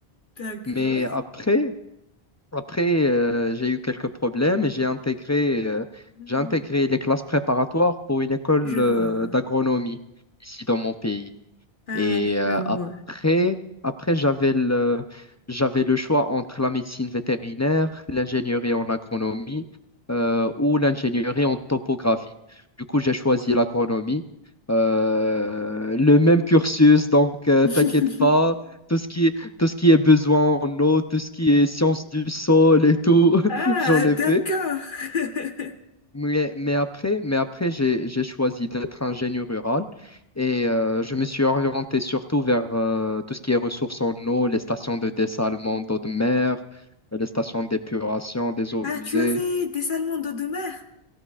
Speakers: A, on the left (about 50°); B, on the left (about 25°).
A: D'accord.
B: Mais après, après euh, j'ai eu quelques problèmes et j'ai intégré, euh,
A: Hmm,
B: j'ai intégré les classes préparatoires pour une école
A: Je vois.
B: euh, d'agronomie ici dans mon pays.
A: Ah,
B: Et
A: je
B: euh,
A: vois.
B: après, après j'avais le, j'avais le choix entre la médecine vétérinaire, l'ingénierie en agronomie euh, ou l'ingénierie en topographie. Du coup, j'ai choisi l'agronomie. Euh, le même cursus, donc euh,
A: <laughs>
B: t'inquiète pas, tout ce qui est, tout ce qui est besoin en eau, tout ce qui est science du sol et tout, <laughs>
A: Ah,
B: j'en ai
A: d'accord.
B: fait.
A: <laughs>
B: Mais, mais après, mais après j'ai, j'ai choisi d'être ingénieur rural et euh, je me suis orienté surtout vers euh, tout ce qui est ressources en eau, les stations de dessalement
A: Mhm.
B: d'eau de mer, euh, les stations d'épuration des eaux
A: Ah,
B: usées.
A: tu as fait des salmons d'eau de mer?